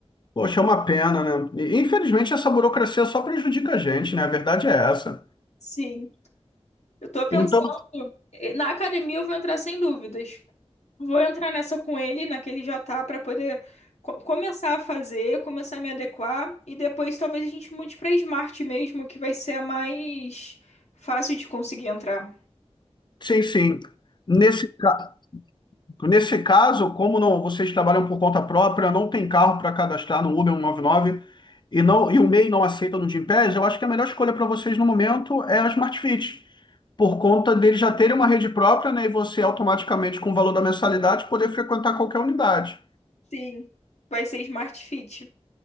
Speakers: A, on the left; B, on the left.
A: Poxa, é uma pena, né? E, Infelizmente essa burocracia só prejudica a gente, né? A verdade é essa.
B: Sim. Eu tô pensando,
A: Então,
B: eh, na academia eu vou entrar sem dúvidas. Vou entrar nessa com ele, naquele já tá, pra poder co- começar a fazer, começar a me adequar e depois talvez a gente mude pra Smart mesmo, que vai ser a mais fácil de conseguir entrar.
A: Sim, sim. Nesse, ca- nesse caso, como não, vocês trabalham por conta própria, não tem carro para cadastrar no Uber 199 e, não, e o MEI não aceita no Gympass, eu acho que a melhor escolha para vocês no momento é a Smart Fit, por conta deles já terem uma rede própria, né, e você automaticamente, com o valor da mensalidade, poder frequentar qualquer unidade.
B: Sim, vai ser Smart Fit.